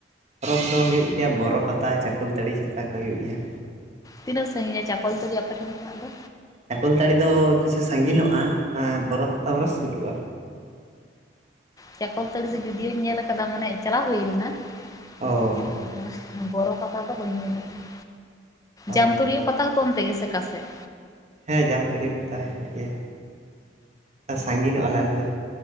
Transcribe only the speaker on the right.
ᱯᱚᱨᱚᱵᱽ ᱫᱚ ᱦᱩᱭᱩᱜ ᱜᱮᱭᱟ ᱵᱚᱨᱚ ᱯᱟᱛᱟ ᱪᱟᱠᱚᱞ ᱛᱟᱹᱲᱤ ᱪᱷᱟᱛᱟ ᱠᱚ ᱦᱩᱭᱩᱜ ᱜᱮᱭᱟ᱾
ᱪᱟᱠᱚᱞ ᱛᱟᱹᱲᱤ ᱫᱚ ᱠᱤᱪᱷᱩ ᱥᱟᱺᱜᱤᱧᱚᱜᱼᱟ ᱟᱨ ᱵᱚᱨᱚ ᱯᱟᱛᱟ ᱵᱚᱨᱚᱢ ᱥᱩᱨᱩᱜᱼᱟ ᱾
ᱚ
ᱚ
ᱦᱮᱸ ᱡᱟᱢᱛᱟᱲᱤᱭᱟᱹ ᱯᱟᱛᱟ ᱦᱮᱱᱟᱜ ᱜᱮᱭᱟ ᱟᱨ ᱥᱟᱺᱜᱤᱧᱚᱜᱼᱟ ᱞᱮ ᱟᱞᱮ ᱫᱚ᱾